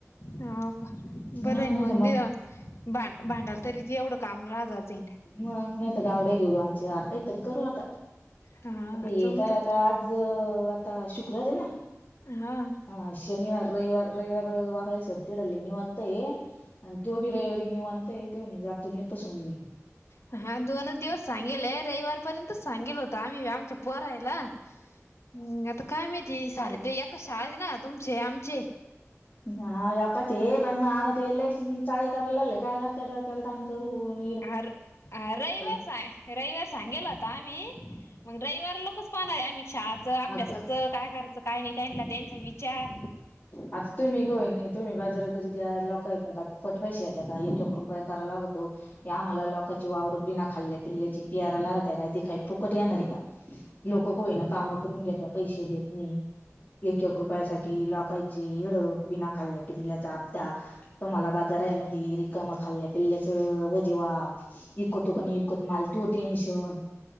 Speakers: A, on the left; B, on the left.
A: हौव काय बरं
B: हा
A: आहे
B: नाही
A: मग
B: तर
A: द्या. भां भांडाल तरी, एवढं काम राजा झे.
B: मन नाहीतर गार्डन घेऊ, दोन-चार काहीतरी करू आता
A: हा
B: ते येताय
A: जमत
B: आता. ज.. आता शुक्रार आहे ना.
A: हां.
B: हा शनिवार रविवार, रविवार वागळे सर तिकडं लय निवांत हाय. अन तो भी रहे ते निवांत ते <unintelligible> म्हणी जातो न येतो सोडुन मी.
A: ह <unintelligible> हा दोनच दिवस सांगेले रविवार पर्यंत सांगेल होत आम्ही आमच्या पोरायला हम्. आता काय माहिती सारे, एका शाळेत ना तुमचे आमचे.
B: हा एकच हाय, पण आता ते लयच चाळे करायला लागले. काय करता डोक्याला ताण करून?
A: आर हा रविवार
B: <unintelligible>
A: सांग रविवार सांगेल होता आम्ही, मग रविवार लोकच पाहणार आहे आम्ही शाळाचं अभ्यासाचं.
B: आता
A: काय करायचं काय नाही त्यांनला तेच विचार.
B: आता तुम्ही <unintelligible> नाही तुम्ही बाजारा घरी त्या लोकाकून काय फुकट पैसे त्याचा एक एक रुपया कराय लागतो की आम्हाला हे लोकाची वावर बिना खाल्ले पिल्याची पेरा लावत्यात, ते काय तिथं फुकट येणार आहे का लोक कोईना कामं करून घेत्यात पैसे देत नाही. एक एक रुपया साठी लोकाचे हेड बिना खाल्ल्या पिंल्याचा फापता तुम्हाला बाजारायमधी रिकाम खाल्ल्या पिल्ल्याचं वजे व्हा इकतो काणी इकत माल तो टेन्शन